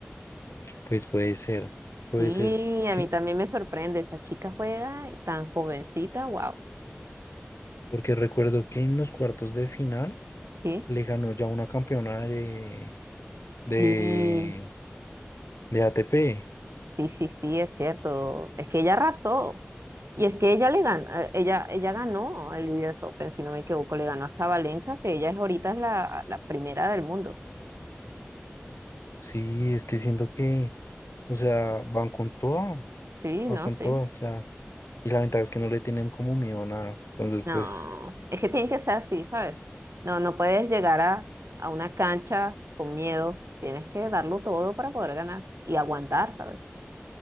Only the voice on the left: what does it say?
Pues puede ser, puede
ser. Es
que,
porque recuerdo que en los cuartos de final
le ganó ya una campeona de,
de, de ATP.
Sí, es que siento que, o sea, van con toda,
van
con
toda. O sea, y la ventaja es que no le tienen como miedo a nada. Entonces,
pues,